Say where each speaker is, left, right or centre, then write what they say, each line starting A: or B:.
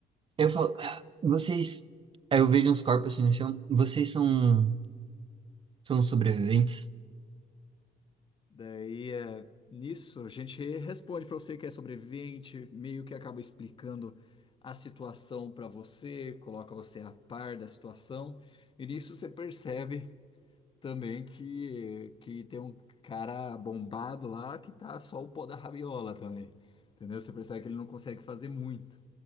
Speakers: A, on the right; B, on the left.
A: Aí eu falo, "Ah, vocês. Aí eu vejo uns corpos assim no chão. Vocês são, são sobreviventes?
B: Daí, é, nisso, a gente responde para você que é sobrevivente, meio que acaba explicando a situação para você, coloca você a par da situação, e nisso você percebe também que, que tem um cara bombado lá que tá só o pó da rabiola também, entendeu? Você percebe que ele não consegue fazer muito,